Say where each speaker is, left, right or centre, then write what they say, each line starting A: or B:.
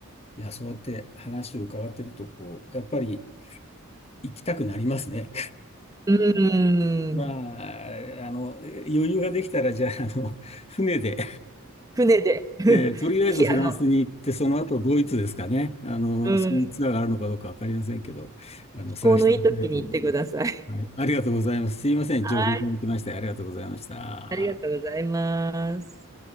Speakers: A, on the left (about 30°); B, on the right (about 15°).
A: いや、そうやって話を伺ってると、こう、やっぱり行きたくなりますね。
B: うん、うー
A: <laughs> まあ、
B: ん
A: あの、余裕ができたら、じゃあ、あの、船で
B: 船で。<laughs> ぜひ、
A: えーとりあえずフランスに行って、
B: あの、
A: その後ドイツですかね。あの、
B: うん
A: そういうツアーがあるのかどうかわかりませんけど、あの、探してみたいと思います。
B: 行のいい時に行ってください。
A: はい。ありがとうございます。すいません。
B: はい。
A: 情報いただきまして、ありがとうございました。
B: ありがとうございます。